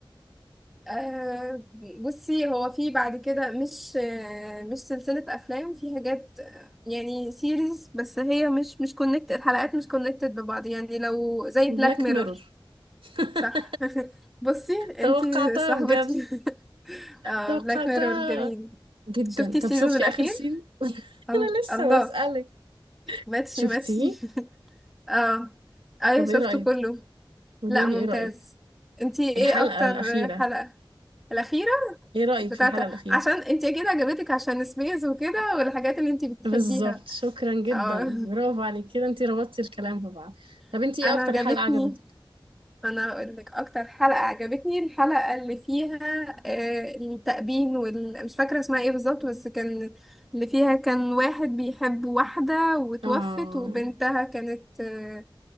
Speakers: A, in the centre; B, on the right (about 80°).
A: آه بصي هو في بعد كده مش آه مش سلسله افلام في حاجات آه، يعني سيريز بس هي مش مش كونكتد الحلقات مش كونكتد ببعض يعني لو زي
B: بلاك
A: بلاك ميرور
B: ميرور <laughs>
A: صح <laughs> بصي انتي
B: توقعتها
A: صاحبتي
B: بجد
A: <laughs> آه
B: توقعتها
A: بلاك ميرور جميل
B: جدا
A: شفتي
B: طب
A: السيزون
B: شفتي
A: الأخير؟
B: آخر سين؟ <laughs>
A: ال-
B: أنا لسه
A: الله
B: بسألك
A: ماتشي
B: شفتيه؟
A: ماتشي <laughs> اه ايوه
B: طب
A: شفته
B: إيه رأيك؟
A: كله
B: قوليلي
A: لا ممتاز
B: إيه رأيك؟
A: انتي
B: الحلقة
A: ايه أكتر
B: الأخيرة
A: حلقة؟ الأخيرة
B: إيه رأيك
A: بتاعت
B: في الحلقة الأخيرة؟
A: عشان انتي أكيد عجبتك عشان سبيس وكده والحاجات اللي انتي بتحبيها
B: بالظبط شكرا جدا
A: اه
B: برافو عليك كده انتي ربطتي الكلام ببعض
A: <laughs>
B: طب انتي
A: أنا
B: ايه اكتر
A: عجبتني
B: حلقة عجبتك
A: انا اقول لك اكتر حلقة عجبتني الحلقة اللي فيها آه، التأبين وال... مش فاكرة اسمها ايه بالظبط بس كان اللي فيها كان واحد بيحب واحدة وتوفت
B: اه
A: وبنتها كانت آه،